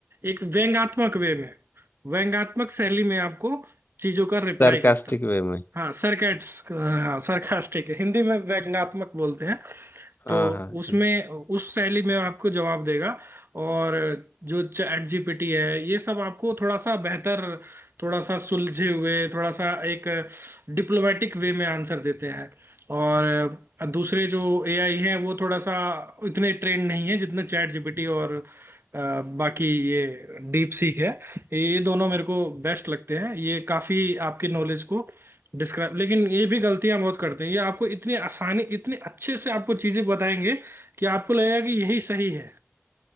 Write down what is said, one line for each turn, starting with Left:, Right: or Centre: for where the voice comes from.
Right: एक व्यंग्यात्मक वे में व्यंग्यात्मक शैली में आपको चीजों का रिप्लाई
Left: सरकास्टिक
Right: करता है
Left: वे में
Right: हाँ सरकास्ट हाँ सरकास्टिक हिंदी में व्यंग्यात्मक बोलते हैं
Left: हाँ
Right: तो
Left: हाँ
Right: उसमें
Left: जी
Right: उस शैली में आपको जवाब देगा और जो चैट जीपीटी है ये सब आपको थोड़ा सा बेहतर थोड़ा सा सुलझे हुए थोड़ा सा एक डिप्लोमेटिक वे में आंसर देते हैं और दूसरे जो एआई हैं वो थोड़ा सा इतने ट्रेंड नहीं है जितने चैट जीपीटी और अ, बाकी ये डीप सीक है ये दोनों मेरे को बेस्ट लगते हैं ये काफी आपकी नॉलेज को डिस्क्राइब लेकिन ये भी गलतियां बहुत करते हैं ये आपको इतनी आसानी इतने अच्छे से आपको चीजें बताएंगे कि आपको लगेगा कि यही सही है